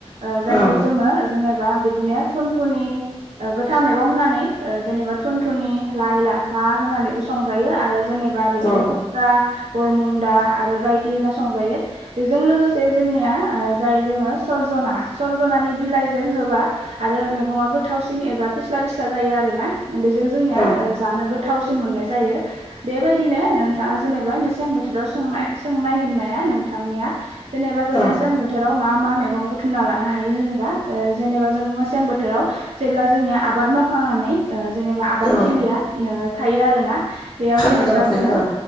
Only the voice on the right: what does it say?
ओ जायखौ
जोङो जेनेबा बिदिनो थुनथुनि ओ गोद था मेगं होनानै जेनेबा थुन थुनि लाइ लाफा होनानैबो संजायो आरो जेनेबा बिदिनो
खुथ्रा बरमुन्दा आरो बायदि होना संजायो बेजों लोगोसे जोंनिया ओ जाय जोङो सरजना सरजनानि बिलाइजों होबा आरो मैगंआ गोथावसिन एबा फिस्ला फिस्ला जायो आरो ना। बेजों जोंनिया
जानो गोथावसिन मोननाय जायो बेबायदिनो नोंथाङा जेनेबा मे मेसें बोथोराव संनाय सोंनाय होननाया नोंथांनिया जेनेबा जों
मेसें बोथोराव मा मा मेगं बुथुमना लानो हायो होनोबा जेनबा जों मेसें बोथोराव जेब्ला जोंनिया आबाद मावखांनानै ओ जेनेबा आबाद
थिलिया थायो आरो ना। बेयाव
जेनेबा
जोङो